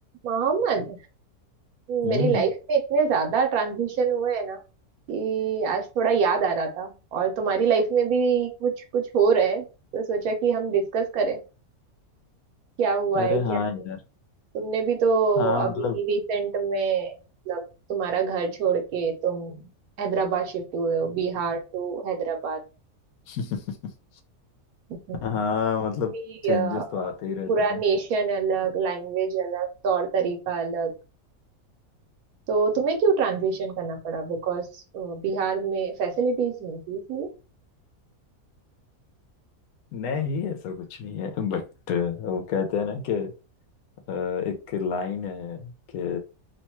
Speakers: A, on the right (about 75°); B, on the left (about 75°).
A: मोहम्मद
B: हम्म
A: मेरी लाइफ में इतने ज्यादा ट्रांजिशन हुए हैं ना कि आज थोड़ा याद आ रहा था और तुम्हारी लाइफ में भी कुछ कुछ हो रहा है तो सोचा कि हम डिस्कस करें क्या हुआ है
B: अरे
A: क्या
B: हाँ
A: नहीं
B: यार
A: तुमने भी तो
B: हाँ
A: अभी
B: मतलब
A: रिसेंट में मतलब तुम्हारा घर छोड़ के तुम हैदराबाद शिफ्ट हुए हो बिहार टू हैदराबाद
B: <laughs>
A: <laughs>
B: हाँ मतलब
A: पूरी
B: चेंजेस
A: अ,
B: तो आते ही रहते
A: पूरा
B: हैं
A: नेशन अलग लैंग्वेज अलग तौर तरीका अलग तो तुम्हें क्यों ट्रांजिशन करना पड़ा बिकॉज बिहार में फैसिलिटीज नहीं थी इसलिए
B: नहीं ऐसा कुछ नहीं है बट वो कहते हैं ना कि अ, एक लाइन है कि